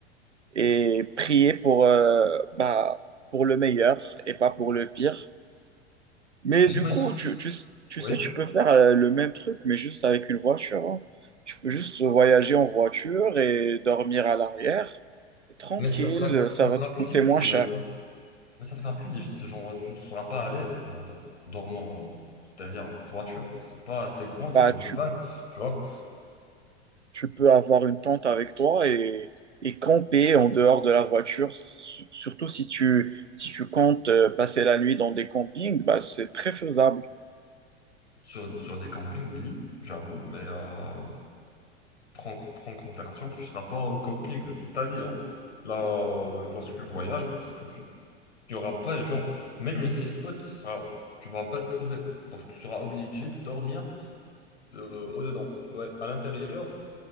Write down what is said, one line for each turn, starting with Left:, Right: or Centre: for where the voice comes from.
Right: et, et prier pour, euh, bah, pour le meilleur et pas pour le pire. Mais
Left: J'imagine.
Right: du coup, tu, tu, tu
Left: Oui.
Right: sais, tu peux faire euh, le même truc, mais juste avec une voiture. hein. Tu peux juste voyager en voiture et dormir à l'arrière. Et tranquille,
Left: Mais ça sera, ça
Right: ça
Left: sera
Right: va te coûter
Left: plus difficile,
Right: moins cher.
Left: n'est-ce pas? Mais ça sera plus difficile. Genre, tu ne seras pas à l'aise, genre, en te- dormant euh, derrière une voiture. C'est pas assez grande
Right: Bah,
Left: comme
Right: tu
Left: une vanne. Tu vois?
Right: tu peux avoir une tente avec toi et, et camper en dehors de la voiture. S- Surtout si tu, si tu comptes euh, passer la nuit dans des campings, bah, c'est très faisable.
Left: Sur, sur des campings, oui, j'avoue, mais euh, prends, prends en considération que tu ne seras pas en camping de toute ta vie. hein. Là, euh, lorsque tu voyages, peut-être que tu n'y aura pas, les gens même une safe spot, tu seras, tu vas pas le trouver. Donc, tu seras obligé de dormir euh, au-dedans, ouais, à l'intérieur.